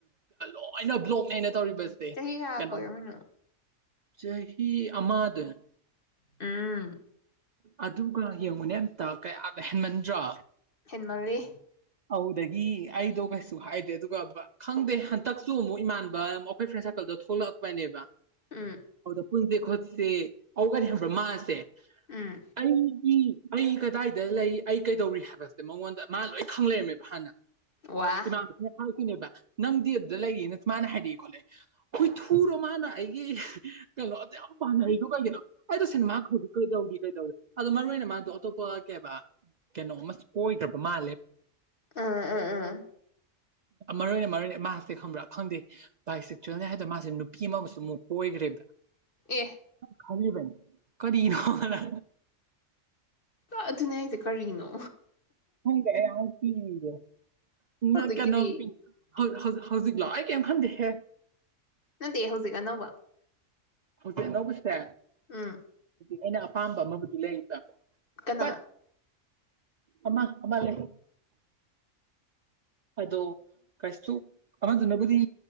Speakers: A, on the right; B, on the left.
A: ꯂꯣꯏꯅ ꯕ꯭ꯂꯣꯛꯅꯦ ꯑꯩ ꯇꯧꯔꯤꯕꯁꯦ
B: ꯆꯍꯤ ꯀꯌꯥ
A: ꯀꯩꯅꯣ
B: ꯀꯣꯏꯔꯝꯃꯤꯅꯣ
A: ꯁꯍꯤ ꯑꯃꯗ
B: ꯑꯝ
A: ꯑꯗꯨꯒ ꯌꯦꯡꯉꯨꯅꯦ ꯑꯝꯇ ꯀꯌꯥꯗ ꯍꯦꯟꯃꯟꯗ꯭ꯔꯥ
B: ꯃꯜꯂꯤ
A: ꯑꯗꯨꯗꯒꯤ ꯑꯩꯗꯣ ꯀꯩꯁꯨ ꯍꯥꯏꯗꯔꯦ ꯑꯗꯨꯒ ꯈꯪꯗꯦ ꯍꯟꯇꯛꯁꯨ ꯑꯃꯨꯛ ꯏꯃꯥꯟꯕ ꯑꯩꯈꯣꯏ ꯐ꯭ꯔꯦꯟ ꯁꯔꯀꯜꯗꯣ ꯊꯣꯛꯂꯛꯄꯅꯦꯕ
B: ꯎꯝ
A: <unintelligible> ꯄꯨꯟꯖꯦ ꯈꯣꯠꯁꯦ ꯑꯗꯨꯒꯅꯦ ꯈꯪꯕ꯭ꯔꯥ ꯃꯥꯁꯦ
B: ꯎꯝ
A: ꯑꯩꯒꯤ ꯑꯩ ꯀꯗꯥꯏꯗ ꯂꯩ ꯑꯩ ꯀꯩꯗꯧꯔꯤ ꯍꯥꯏꯕꯁꯦ ꯃꯉꯣꯟꯗ ꯃꯥ ꯂꯣꯏ ꯈꯪꯂꯩꯔꯝꯃꯦꯕ ꯍꯥꯟꯅ
B: ꯋꯥ
A: <unintelligible> ꯅꯦꯕ ꯅꯪꯗꯤ ꯑꯗꯨꯗ ꯂꯩꯌꯦꯅ ꯃꯥꯅ ꯍꯥꯏꯔꯛꯏ ꯈꯣꯠꯂꯦ ꯍꯨꯏꯊꯨꯔꯣ ꯃꯥꯅ ꯑꯩꯒꯤ ꯀꯩꯅꯣ ꯑꯗꯨꯛꯌꯝ ꯄꯥꯝꯅꯔꯤꯗꯣ ꯀꯩꯒꯤꯅꯣ ꯑꯩ ꯇꯥꯁꯦꯡꯅ ꯃꯥꯡꯈꯔ <unintelligible> ꯀꯩꯗꯧꯋꯦ ꯑꯗꯣ ꯃꯔꯨꯑꯣꯏꯅ ꯃꯥꯗꯣ ꯑꯇꯣꯞꯄ ꯀꯩ ꯑꯦꯕ ꯀꯩꯅꯣ ꯑꯃꯁꯨ ꯀꯣꯏꯒ꯭ꯔꯥꯕ ꯃꯥꯜꯂꯦ
B: ꯑꯥ ꯑꯥ ꯑꯥ
A: ꯃꯔꯨꯑꯣꯏꯅ ꯃꯔꯨꯑꯣꯏꯅ ꯃꯥꯁꯦ ꯈꯪꯕ꯭ꯔꯥ ꯈꯪꯗꯦ ꯕꯥꯏ ꯁꯦꯛꯆꯨꯋꯦꯜꯅꯤ ꯍꯥꯏꯗꯣ ꯃꯥꯁꯦ ꯅꯨꯄꯤ ꯑꯃꯒꯁꯨ ꯑꯃꯨꯛ ꯀꯣꯏꯈ꯭ꯔꯦꯕ
B: ꯑꯦ
A: ꯈꯜꯂꯤꯕꯅꯤ ꯀꯔꯤꯅꯣꯅ
B: ꯑꯗꯨꯅꯦ ꯍꯥꯏꯖꯦ ꯀꯔꯤꯅꯣ
A: <unintelligible> <unintelligible>
B: ꯍꯧꯖꯤꯛꯀꯤꯗꯤ
A: ꯍꯧ ꯍꯧ ꯍꯧꯖꯤꯛꯂꯣ ꯑꯩ ꯀꯩꯝ ꯈꯪꯗꯦꯍꯦ
B: ꯅꯠꯇꯦ ꯍꯧꯖꯤꯛ ꯑꯅꯧꯕ
A: ꯍꯧꯖꯤꯛ ꯑꯅꯧꯕꯁꯦ
B: ꯑꯝ
A: ꯑꯩꯅ ꯑꯄꯥꯝꯕ ꯑꯃꯕꯨꯗꯤ ꯂꯩꯕ
B: ꯀꯅꯥ
A: ꯕꯠ ꯑꯃ ꯑꯃ ꯂꯩ ꯑꯗꯣ ꯀꯩꯁꯨ ꯑꯃꯗꯨꯅꯕꯨꯗꯤ